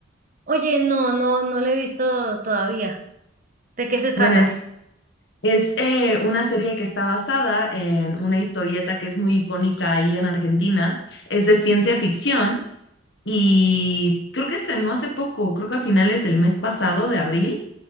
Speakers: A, on the right; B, on the left.
A: Oye, no, no, no la he visto todavía. ¿De qué se trata?
B: Bueno, es Es eh, una serie que está basada en una historieta que es muy icónica ahí en Argentina. Es de ciencia ficción y creo que estrenó hace poco, creo que a finales del mes pasado de abril.